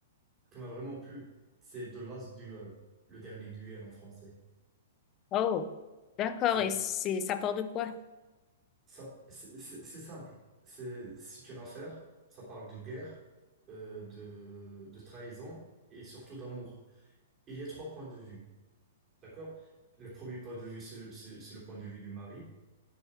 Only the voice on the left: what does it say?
Oh, d'accord.
Et c'est ça part de quoi?